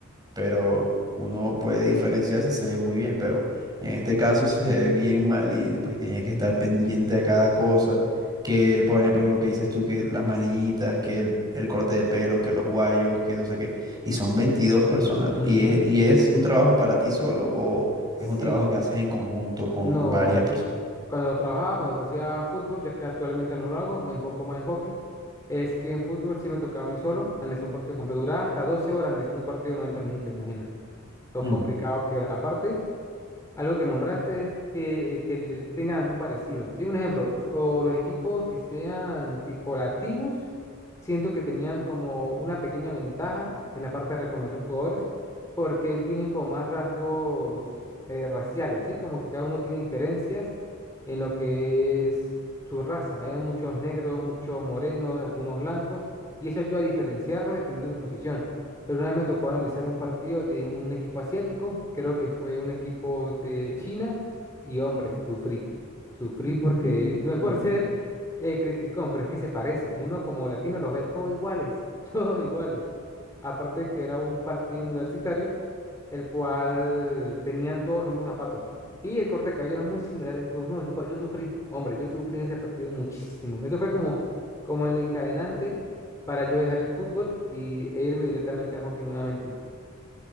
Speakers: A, on the right (about 20°); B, on the left (about 15°).
A: pero uno puede diferenciar si se ve muy bien, pero en este caso se ve bien mal y pues tienes que estar pendiente a cada cosa, que por ejemplo lo que dices tú, que las manillitas, que el, el corte de pelo, que los guayos, que no sé qué, y son 22 personas,
B: Ujú.
A: y es, y es un trabajo para ti solo o
B: Sí,
A: es un trabajo que haces en conjunto con
B: no.
A: varias personas.
B: Cuando trabajaba, cuando hacía fútbol, ya que actualmente no lo hago, me enfoco más en hockey. Es que en fútbol sí me tocaba a mí solo analizar un partido completo. Duraba hasta 12 horas analizando un partido de 90 minutos, imagina. Lo
A: Mm.
B: complicado que era. Aparte, Algo que nombraste es que, que le tengan algún parecido. Sí, un ejemplo, fu- o los equipos que sean tipo latinos, siento que tenían como una pequeña ventaja en la parte de reconocer jugadores, porque tienen como más rasgos eh, raciales, ¿sí? Como que cada uno tiene diferencias en lo que es su raza. Hay muchos negros, muchos morenos, algunos blancos, y eso ayuda a diferenciarlos dependiendo de su posición. Pero una vez me tocó analizar un partido de un equipo asiático, creo que fue un equipo de China, y hombre, sufrí. Sufrí
A: <laughs>
B: porque <laughs> no es por ser eh, criticón, pero es que se parecen. Uno como latino los ve todos iguales, <laughs> todos iguales. Aparte que era un partido universitario, el cual tenían todos los mismos zapatos. Y el corte de cabello era muy similar en todos. No, yo, pa- yo sufrí, hombre, yo sufrí en ese partido muchísimo. Eso fue como, como el encadenante para yo dejar el fútbol y, e irme directamente a hockey nuevamente.